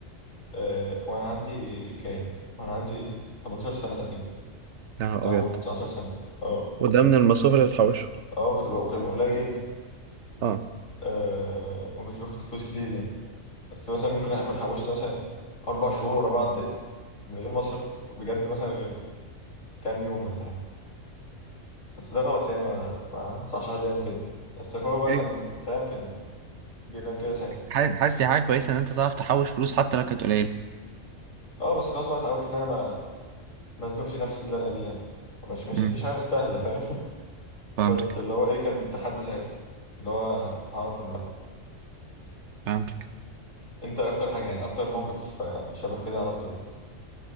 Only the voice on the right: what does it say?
يا نهار
ابيض
وده من المصروف اللي بتحوشه
اه
إيه؟
ح- حاسس دي حاجة كويسة إن أنت تعرف تحوش فلوس حتى لو كانت قليلة
أمم،
فهمتك
فهمتك